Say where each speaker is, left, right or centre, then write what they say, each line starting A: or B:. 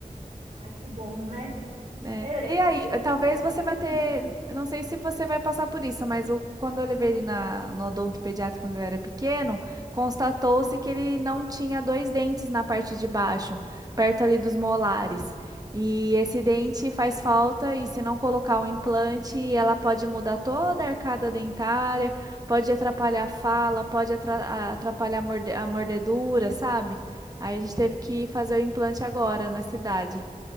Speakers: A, on the right; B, on the right.
A: Ah, que bom, né?
B: né?
A: Porque é,
B: E aí, eh, talvez
A: eu
B: você
A: fico,
B: vai ter, eu não sei se você vai passar por isso, mas o- quando eu levei ele na, no odontopediatra quando ele era pequeno, constatou-se que ele não tinha dois dentes na parte de baixo, perto ali dos molares. E esse dente faz falta, e se não colocar o implante, ela pode mudar toda a arcada dentária, pode atrapalhar a fala, pode atra- a- atrapalhar a morde- a mordedura, sabe? Aí a gente teve que fazer o implante agora na cidade.